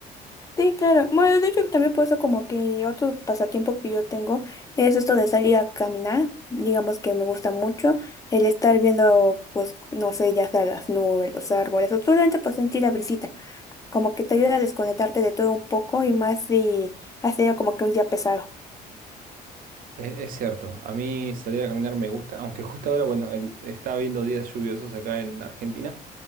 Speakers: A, on the left; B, on the right.
A: Sí, claro. Bueno, de hecho, también por eso como que otro pasatiempo que yo tengo es esto de salir a caminar. Digamos que me gusta mucho el estar viendo, pues, no sé, ya sea las nubes, los árboles, o solamente pues sentir la brisita. Como que te ayuda a desconectarte de todo un poco y más si has tenido como que un día pesado.
B: E- Es, cierto, a mí salir a caminar me gusta, aunque justo ahora, bueno, el- está viendo días lluviosos acá en Argentina.